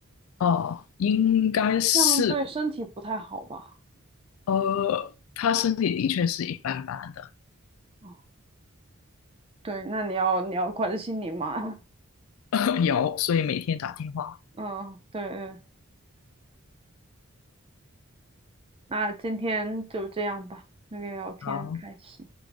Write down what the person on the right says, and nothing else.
这样对身体不太好吧？
哦，对，那你要你要关心你妈。
嗯，对对，那今天就这样吧，那个聊天很开心。